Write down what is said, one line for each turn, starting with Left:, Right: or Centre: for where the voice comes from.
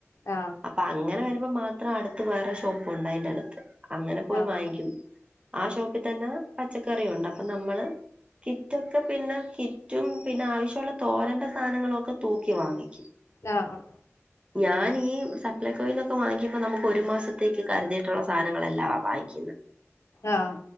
Left: ആഹ്
Right: അപ്പ അങ്ങനെ വരുമ്പോ മാത്രം അടുത്ത് വേറെ ഷോപ്പ് ഉണ്ട് അയ്ന്റെ അടുത്ത് അങ്ങനെ പോയി
Left: ആഹ്
Right: വാങ്ങിക്കും ആ ഷോപ്പി തന്നെ പച്ചക്കറിയുണ്ട് അപ്പോ നമ്മള് കിറ്റൊക്കെ പിന്നെ കിറ്റും പിന്നെ ആവശ്യള്ള തോരന്റെ സാനങ്ങളൊക്കെ തൂക്കി വാങ്ങിക്കും
Left: ലാറം
Right: ഞാൻ ഈ സപ്ലൈകോയി ന്നൊക്കെ വാങ്ങിക്കുമ്പോ നമുക്ക് ഒരു മാസത്തേക്ക് കരുതിയിട്ടുള്ള സാധനങ്ങളല്ലാ വാങ്ങിക്ക്ന്ന്
Left: ആഹ്